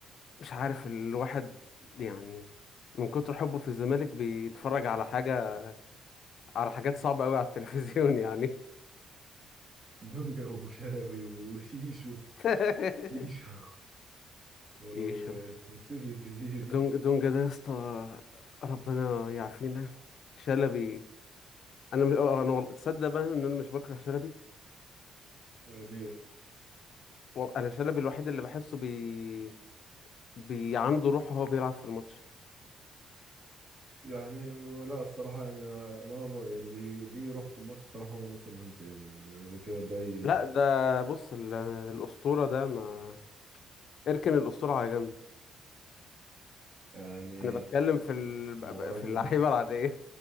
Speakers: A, on the left (about 60°); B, on the right (about 35°).
A: مش عارف الواحد يعني من كتر حبه في الزمالك بيتفرج على حاجه على حاجات صعبه قوي على التلفزيون يعني
B: دونجا وشلبي وشيشو
A: <laughs>
B: شيشو <laughs> و-
A: يشو
B: وسيف الجزيري
A: دونج دونجا ده يا اسطى ربنا يعافينا شلبي انا مش انا والله تصدق بقى ان انا مش بكره شلبي
B: آه، ليه يا اسطى؟
A: وال- انا شلبي الوحيد اللي بحسه بي بي عنده روح وهو بيلعب في الماتش
B: يعني لا الصراحة يعني أنا أنا ب- اللي ليه يروح في الماتش صراحة هو ناصر منسي يعني غير كده باي
A: لا ده بص ال- الأسطورة ده ما اركن الأسطورة على جنب
B: يعني
A: أنا بتكلم في ال... ب-
B: هو
A: ب-
B: راجل
A: في اللعيبة العادية